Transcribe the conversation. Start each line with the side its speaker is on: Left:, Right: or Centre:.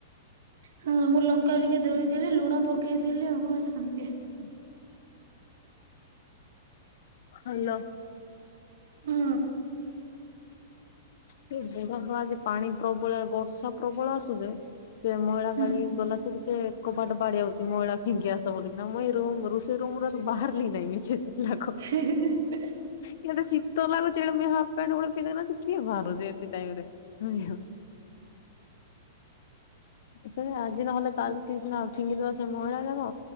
Right: ହଁ ମୁଁ ଲଙ୍କା ଟିକେ ଦଳିଦେଲି ଲୁଣ ପକେଇଦେଲି ଓହୋଃ ଶାନ୍ତି।
Left: ହୁଁ ହାଲୋ।
Right: ହୁଁ
Left: ସେ ବୁଢା ହଁ ଆଜି ପାଣି ପ୍ରବଳ ବର୍ଷା ପ୍ରବଳ ଆସୁଛି। ସେ ମହିଳା
Right: ହୁଁ
Left: କାଲି ଗଲା ସେ ଟିକେ କବାଟ ବାଡେଇ ଆଉଛି ମଇଳା ଫିଙ୍ଗି ଆଶା ବୋଲି କିନ ମୁଁ ରୁମ୍ ରୁଶେଇ ରୁମ୍ ବାହାରିଲି ନାଇଁ ମିସେ ଲାଖ
Right: ହୁଁ
Left: ଇଆଡେ ଶୀତ ଲାଗୁଚ୍ଛି ହେଲେ ମୁଁ ହାପ ପ୍ୟାଣ୍ଟ୍ ଗୋଟେ ହେ ଦେଖୁନାହାନ୍ତି କିଆ ବାରୁଛି ଏତେ ଟାଇମ୍ ରେ। <unintelligible> ସେ ଆଜି ନହେଲେ କାଲି କି ସିନା ଫିଙ୍ଗିଦବା ସେ ମହିଳା ଗୁଡାକ।